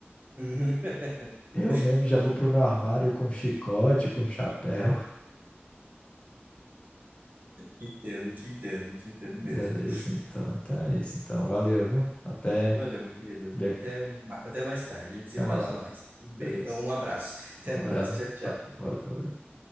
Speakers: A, on the right; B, on the left.
A: <laughs>
B: Eu mesmo já vou pro meu armário com chicote, com chapéu.
A: Entendo, te entendo, te
B: <laughs>
A: entendo
B: Beleza,
A: mesmo.
B: então, então é isso. Então, valeu, viu? Até,
A: Valeu, meu querido.
B: de-
A: Até, ma- até mais tarde, a gente se
B: até
A: fala
B: mais. tarde.
A: mais. Um beijo,
B: Beleza.
A: um abraço. Até
B: Um abraço.
A: mais. Tchau, tchau.
B: Valeu, valeu.